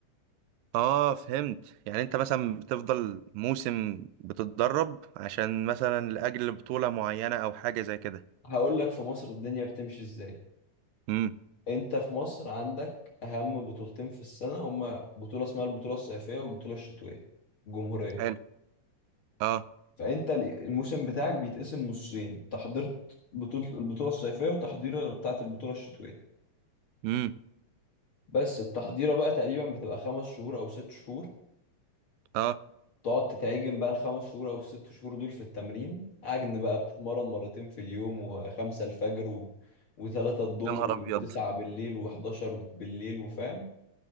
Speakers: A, on the right; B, on the left.
A: اه فهمت يعني انت مثلا بتفضل موسم بتتدرب عشان مثلا لاجل بطولة معينة او حاجة زي كده
B: هقول لك في مصر الدنيا بتمشي ازاي
A: امم
B: انت في مصر عندك اهم بطولتين في السنه هما بطوله اسمها البطوله الصيفيه والبطوله الشتويه الجمهوريه
A: حلو اه
B: فانت ال- الموسم بتاعك بيتقسم نصين انت حضرت بطوله البطوله الصيفيه وتحضيره بتاعه البطوله الشتويه
A: امم
B: بس التحضيره بقى تقريبا بتبقى خمس شهور او ست شهور
A: اه
B: تقعد تتعجن بقى الخمس شهور او الست شهور دول في التمرين عجن بقى بتتمرن مرتين في اليوم وخمسة الفجر و... وثلاثة الظهر
A: يا نهار
B: وتسعة
A: ابيض
B: بالليل وحداشر بالليل وفاهم